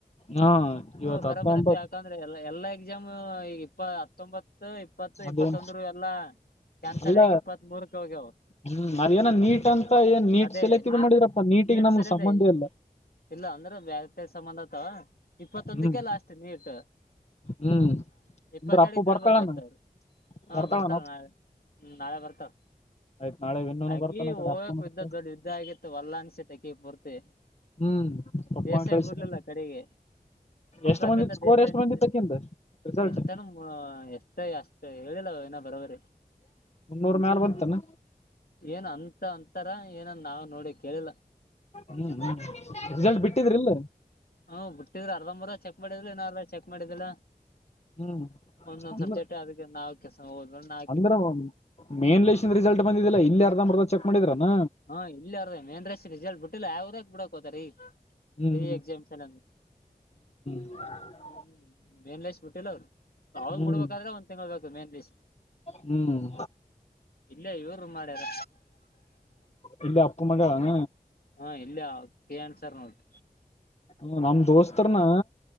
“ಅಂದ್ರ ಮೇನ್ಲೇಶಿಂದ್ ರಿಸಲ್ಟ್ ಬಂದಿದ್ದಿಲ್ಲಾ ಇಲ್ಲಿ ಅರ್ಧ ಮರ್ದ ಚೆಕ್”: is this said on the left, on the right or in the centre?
Left